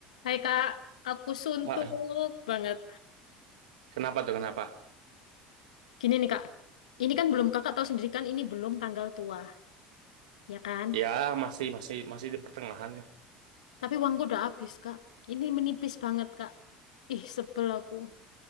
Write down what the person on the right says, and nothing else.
Wah,
kenapa tuh kenapa?
Ya masih masih masih di pertengahan.